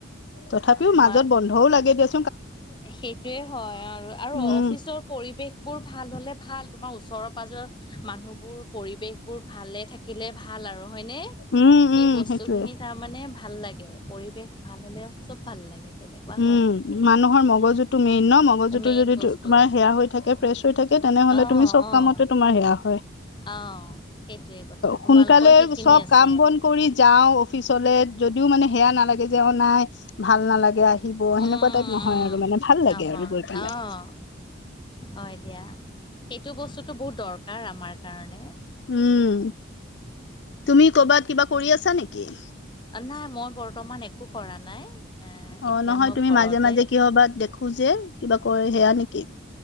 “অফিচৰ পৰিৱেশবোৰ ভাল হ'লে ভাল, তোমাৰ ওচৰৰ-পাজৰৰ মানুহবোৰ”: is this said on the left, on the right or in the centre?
Left